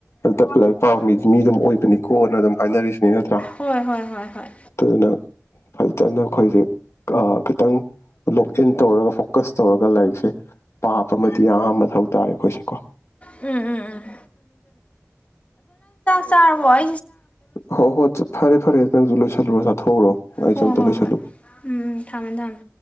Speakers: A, on the left; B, on the left.
A: ꯑ ꯇꯞꯄ ꯂꯥꯏꯔꯤꯛ ꯄꯥꯕ ꯃꯤ ꯃꯤ ꯑꯗꯨꯝ ꯑꯣꯏꯕꯅꯤꯀꯣꯅ ꯑꯗꯨꯝ ꯍꯥꯏꯅꯔꯤꯁ ꯒꯗ꯭ꯔꯥ
B: ꯍꯣꯏ ꯍꯣꯏ ꯍꯣꯏ ꯍꯣꯏ
A: ꯑꯗꯨꯅꯪ ꯐ ꯐꯈꯤꯇꯅ ꯑꯩꯈꯣꯏꯁꯦ ꯈꯤꯇꯪ ꯂꯣꯛ ꯏꯟ ꯇꯧꯔꯒ ꯐꯣꯀꯁ ꯇꯧꯔꯒ ꯂꯥꯏꯔꯤꯛꯁꯦ ꯄꯥꯞ ꯑꯃꯗꯤ ꯑ ꯃꯊꯧ ꯇꯥꯔꯦ ꯑꯩꯈꯣꯏꯁꯦꯀꯣ
B: ꯎꯝ ꯎꯝ ꯎꯝ ꯆꯥ ꯋꯥ
A: ꯍ ꯍꯣꯏ ꯐꯔꯦ ꯐꯔꯦ ꯂꯣꯏ ꯆꯜꯨ ꯆ ꯊꯧꯔꯣ ꯑꯩꯖꯇ
B: ꯍꯣꯏ ꯍꯣꯏ
A: ꯂꯣꯏ ꯆꯂꯨꯒꯦ
B: ꯍꯣꯏ ꯎꯝ ꯎꯝ ꯊꯝꯃꯦ ꯊꯝꯃꯦ